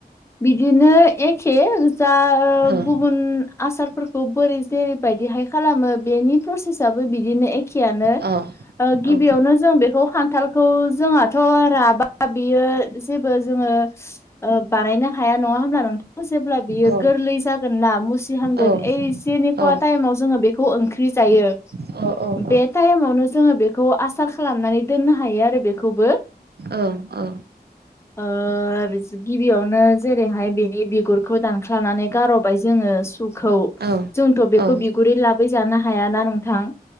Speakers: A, on the left; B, on the right.
A: बिदिनो एखे ओ जा
B: औ
A: गुबुन आसारफोरखौ बोरै जेरैबायदिहाय खालामो बेनि प्रसेस थाबो बिदिनो एखेनो
B: अ
A: ओ
B: औ
A: गिबियावनो जों बेखौ खान्थालखौ जोंहाथ' राबा बियो जेबो जोङो ओ बानायनो हाया नङा होमब्ला नोंथां। जेब्ला बियो
B: औ
A: गोरलै जागोन ना मुसिहांगोन
B: औ
A: ओइजेनि
B: औ
A: ख'या टाइमाव जोङो बेखौ ओंख्रि जायो।
B: अ अ।
A: बे टाइमावनो जोङो बेखौ आसार खालामनानै दोननो हायो आरो बेखौबो।
B: ओ ओ।
A: ओ गिबियावनो जेरैहाय बेनि बिगुर खौ दानख्लानानै गार'बाय जोङो सुखौ।
B: औ
A: जोंथ' बेखौ
B: औ
A: बिगुरै लाबैजानो हायाना नोंथां।